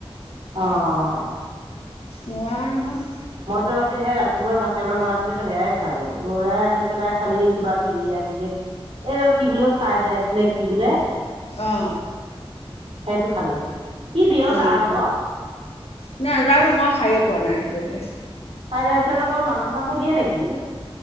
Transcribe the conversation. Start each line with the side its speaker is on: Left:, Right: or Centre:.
Right: অহ।
Left: নোৱাও নহয়।
Right: মইতো আজি সেই ৰাতিপুৱাই ভাতকেইটামান বনাই থৈছিলো সেয়াই খালো, লৰাই আনি পেলাই খালেহি কিবা বিৰিয়া আনিলে, এদাল কি বোলে ফাইডাইছ নে কি বোলে?
Left: অ',
Right: সেইটো খালেহি। কি দিয়ে অ'
Left: উম',
Right: তাৰ লগত
Left: নাজানোঁ মই খাইয়ে পোৱা নাই আজিলৈকে।
Right: ফ্ৰাইড ৰাইছৰ লগত মাংস চাংস দিয়ে নেকি?